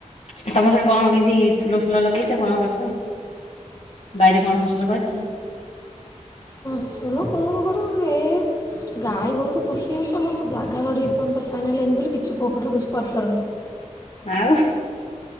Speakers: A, on the left; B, on the left.
A: ତମର ସେଠେ କଣ କେନ୍ତି ଫୁଲ ଫୁଲ ଲଗେଇଛ କଣ ଗଛ ବାଇରେ କଣ ଫସଲ କରିଚ?
B: ସଲ କଣ କରୁିବୁ ଏ ଗାଈ ଗୋରୁ ତ ପଷିଯାଉଛ ଜାଗା ବାଡ଼ି ଏପର୍ଯ୍ୟନ୍ତ ଫାଇନାଲ ହେଇନି ବୋଲି କିଛି କୋପଟର କିଛି କରିପାରୁନୁ।
A: ଆଉ